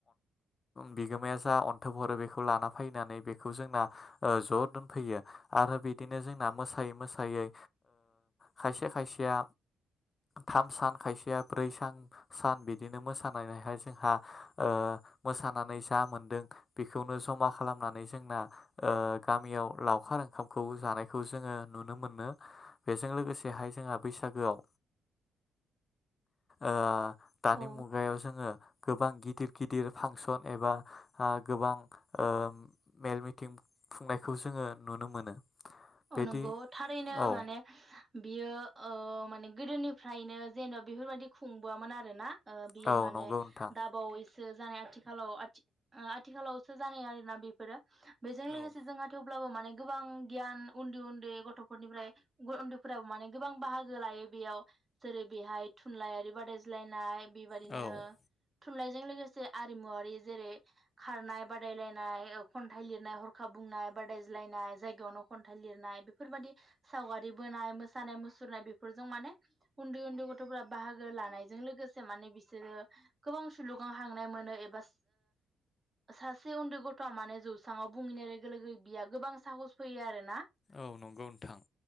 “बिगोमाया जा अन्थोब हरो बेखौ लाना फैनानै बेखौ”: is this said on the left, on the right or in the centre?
Left